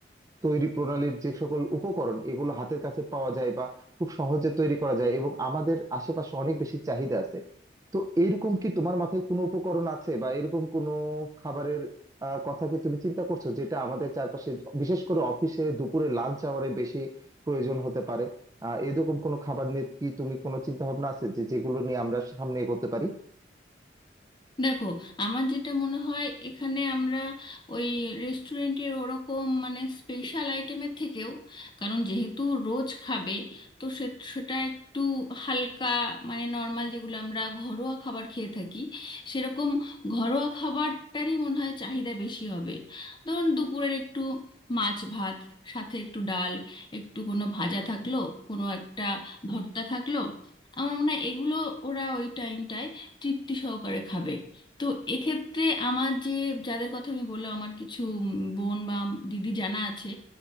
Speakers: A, on the right; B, on the left.
A: তৈরি প্রণালীর যে সকল উপকরণ এগুলো হাতের কাছে পাওয়া যায় বা খুব সহজে তৈরি করা যায় এবং আমাদের আশেপাশে অনেক বেশি চাহিদা আছে তো এইরকম কি তোমার মাথায় কোনো উপকরণ আছে বা এরকম কোনো খাবারের আহ, কথা কি তুমি চিন্তা করছো যেটা আমাদের চারপাশে বিশেষ করে অফিসে দুপুরে লাঞ্চ আওয়ারে বেশি প্রয়োজন হতে পারে আহ এরকম কোনো খাবার নিয়ে কি তুমি কোনো চিন্তা ভাবনা আছে যে যেগুলো নিয়ে আমরা সামনে এগোতে পারি
B: দেখো আমার যেটা মনে হয় এখানে আমরা ওই রেস্টুরেন্টের ওরকম মানে স্পেশাল আইটেমের থেকেও কারণ যেহেতু রোজ খাবে তো সে- সেটা একটু হালকা মানে নর্মাল যেগুলো আমরা ঘরোয়া খাবার খেয়ে থাকি সেরকম ঘরোয়া খাবারটারই মনে হয় চাহিদা বেশি হবে ধরুন দুপুরের একটু মাছ ভাত সাথে একটু ডাল একটু কোনো ভাজা থাকলো কোনো একটা ভর্তা থাকলো আমার মনে হয় এগুলো ওরা ওই টাইমটায় তৃপ্তি সহকারে খাবে তো এক্ষেত্রে আমার যে যাদের কথা আমি বললাম আমার কিছু উম বোন বা দিদি জানা আছে